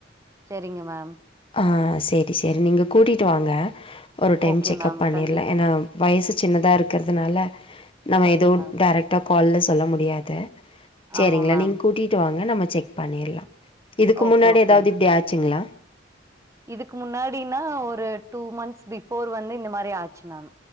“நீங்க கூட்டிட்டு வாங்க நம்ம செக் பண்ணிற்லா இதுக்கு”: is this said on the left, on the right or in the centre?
Left